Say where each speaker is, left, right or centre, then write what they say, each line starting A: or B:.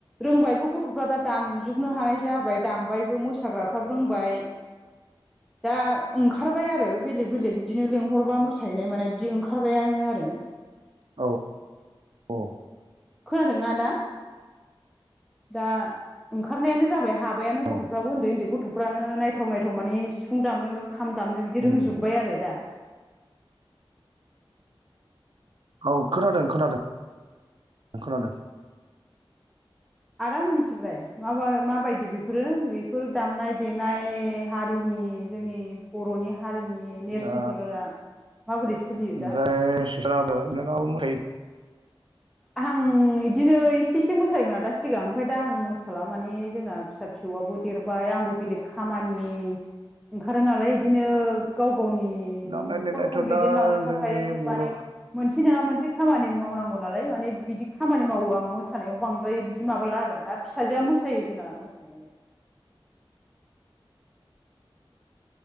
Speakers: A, in the centre; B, on the right.
A: रों बायबो गथ'फ्रा दा दामजोबनो हानाय जाबाय दामबायबो मोसाग्राफ्राबो रोंबाय दा ओंखारबाय आरो बेलेग बेलेग बिदिनो लेंंहरबा मोसाहैनाय माने बिदि ओंखारबायानो आरो
B: औ औ
A: खोनादोंना आदा दा ओंखारनायानो जाबाय हाबायानो
B: औ
A: गथ'फ्राबो उन्दै उन्दै गथ'फ्रानो नायथाव नायथाव माने सिफुं दामनो खाम दामनो बिदि
B: उम
A: रोंजोबबाय
B: उम
A: आरो दा
B: औ खोनादों खोनादों खोनादों
A: आदामोननिथिंलाय माबा माबायदि बेफोरो बेफोर दामनाय देनाय हारिनि नि जोंनि बर'नि हारिनि नेरसोनफोरा
B: दा
A: माबोरै सोलियो
B: ओमफ्राय
A: दा
B: सिस्टाराबो बिनानावाबो मोसायो
A: आं बिदिनो इसे इसे मोसायोमोन दा सिगां ओमफ्राय दा आं मोसाला माने जोंना फिसा फिसौ <unintelligible> देरबाय आंबो बेलेग खामानि ओंखारो नालाय बिदिनो गाव गावनि
B: दामनाय
A: न'खरखौ
B: देनायाथ'
A: दैदेनलांनो
B: दा
A: थाखाय
B: जोंनि बर'
A: माने मोनसे नाङा मोनसे खामानि मावनांगौ नालाय माने बिदि खामानि मावो आं मोसानायाव बांद्राय बिदि माबाला आरो दा फिसाजोआ मोसायो जोंना मोसानायालाय <inaudible>